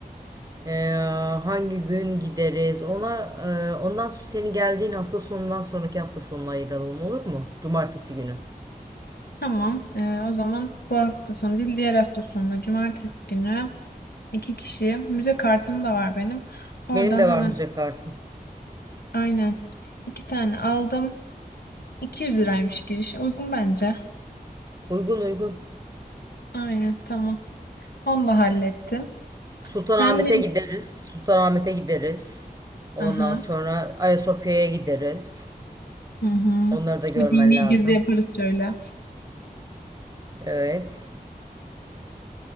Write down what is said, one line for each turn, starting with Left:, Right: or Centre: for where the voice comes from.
Right: Ee, hangi gün gideriz? Ona e, ondan sonra senin geldiğin hafta sonundan sonraki hafta sonuna ayıralım olur mu? Cumartesi günü.
Left: Tamam. Ee, o zaman bu hafta sonu değil diğer hafta sonu cumartesi günü. İki kişiye. Müze kartım da var benim. Oradan
Right: Benim de
Left: hemen
Right: var müze kartım.
Left: aynen. İki tane aldım. 200 liraymış giriş. Uygun bence.
Right: Uygun uygun.
Left: Aynen tamam. Onu da hallettim.
Right: Sultanahmet'e
Left: Sen benim...
Right: gideriz. Sultanahmet'e gideriz. Ondan
Left: Aha.
Right: sonra Ayasofya'ya gideriz.
Left: Hı hı.
Right: Onları da görmen
Left: Bir dini
Right: lazım.
Left: gezi yaparız şöyle.
Right: Evet.